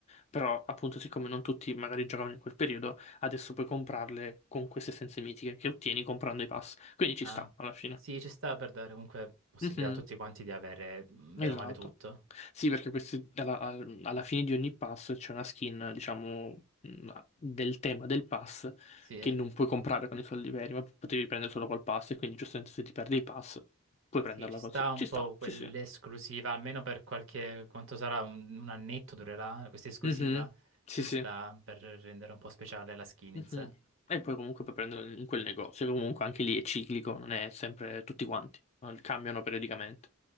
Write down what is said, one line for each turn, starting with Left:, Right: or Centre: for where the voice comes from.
Left: Però, appunto, siccome non tutti magari giocavano in quel periodo, adesso puoi comprarle con queste essenze mitiche che ottieni comprando i pass. Quindi ci
Right: Ah,
Left: sta, alla fine.
Right: sì, ci sta per dare comunque possibilità
Left: Mhm.
Right: a tutti quanti di avere mm, bene
Left: Esatto.
Right: o male tutto.
Left: Sì, perché questi, alla, al- alla fine di ogni pass c'è una skin, diciamo, mh, del tema del pass
Right: Sì,
Left: che
Right: eh.
Left: non puoi comprare con i soldi veri, ma potevi prendere solo col pass e quindi giustamente se ti perdi il pass puoi
Right: sì,
Left: prenderla
Right: ci sta
Left: così.
Right: un
Left: Ci
Right: po'
Left: sta,
Right: quell'esclusiva,
Left: sì sì.
Right: almeno per qualche, quanto sarà, un, un annetto durerà questa esclusiva.
Left: Mhm, Sì
Right: Ci
Left: sì.
Right: sta per rendere un po' speciale la skin
Left: Mhm.
Right: in sé.
Left: E poi comunque puoi prenderla in quel negozio, che comunque anche lì è ciclico, non è sempre tutti quanti, eh, cambiano periodicamente.